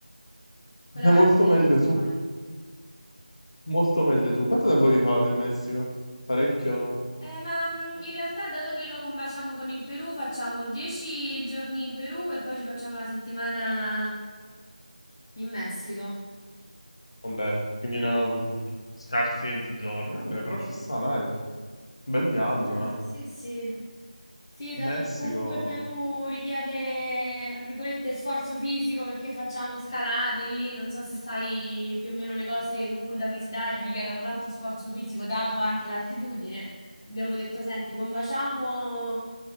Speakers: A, on the left; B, on the left.
A: quella
B: È
A: parte
B: molto meglio
A: del
B: tu.
A: mare.
B: Molto meglio tu. Quanto tempo vi fate in Messico? Parecchio?
A: Eh, ma mm, in realtà dato che lo combaciamo con il Perù, facciamo 10 giorni in Perù e poi ci facciamo la settimana in Messico.
B: Vabbè, quindi una, mm, scarsi 20 giorni. Vabbè, però ci sta, dai. Bel viaggio,
A: Ah,
B: eh.
A: sì, sì. Sì, dato
B: Messico.
A: che comunque il Perù richiede, tra virgolette, sforzo fisico perché facciamo scalate lì, non so se sai più o meno le cose comunque da visitare richiedono tanto sforzo fisico, dato anche l'altitudine. Abbiamo detto, senti, combaciamo